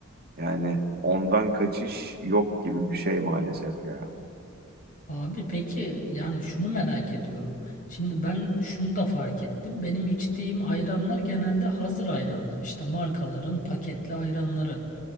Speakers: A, on the right (about 50°); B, on the left (about 40°).
A: Yani ondan kaçış yok gibi bir şey maalesef ya.
B: Abi peki yani şunu merak ediyorum. Şimdi ben şunu da fark ettim. Benim içtiğim ayranlar genelde hazır ayranlar. İşte markaların paketli ayranları.